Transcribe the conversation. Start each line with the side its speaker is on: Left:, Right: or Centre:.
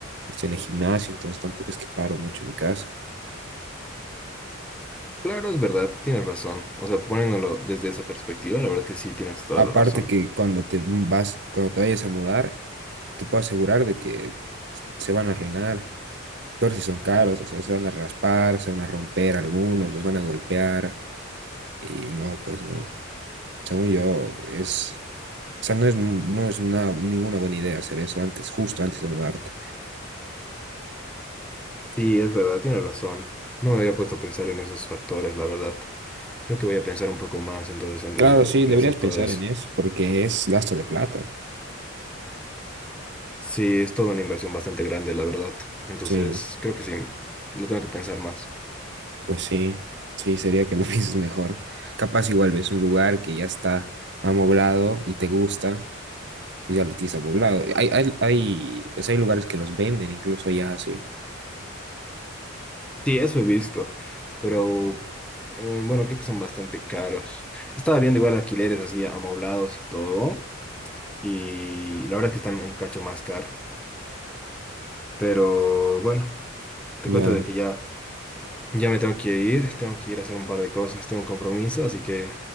Right: estoy en el gimnasio, entonces tampoco es que paro mucho en mi casa.
Centre: Claro, es verdad, tienes razón. O sea, poniéndolo desde esa perspectiva, la verdad que sí tienes toda
Right: Aparte
Centre: la razón.
Right: que cuando te vas, cuando te vayas a mudar, te puedo asegurar de que se van a arruinar. Peor si son caros, o sea, se van a raspar, se van a romper algunos, los van a golpear y no, pues no. Según yo, es, o sea, no es, no es una- ninguna buena idea hacer eso antes, justo antes de mudarte.
Centre: Sí, es verdad, tienes razón. No me había puesto a pensar en esos factores, la verdad. Creo que voy a pensar un poco más entonces antes
Right: Claro,
Centre: de,
Right: sí,
Centre: de
Right: deberías
Centre: hacer
Right: pensar
Centre: todo eso.
Right: en eso porque es gasto de plata.
Centre: Sí, es toda una inversión bastante grande, la verdad. Entonces,
Right: Sí,
Centre: creo que sí, lo tengo que pensar más.
Right: pues sí, sí, sería que lo <laughs> pienses mejor. Capaz igual ves un lugar que ya está amoblado y te gusta, pues ya lo tienes amoblado. Hay, hay, hay, o sea, hay lugares que los venden incluso ya así.
Centre: Sí, eso he visto, pero eh, bueno, creo que son bastante caros. Estaba viendo igual alquileres así amoblados y todo, y la verdad es que están un cacho más caro. Pero bueno, te
Right: Ya.
Centre: cuento de que ya... Ya me tengo que ir, tengo que ir a hacer un par de cosas, tengo un compromiso, así que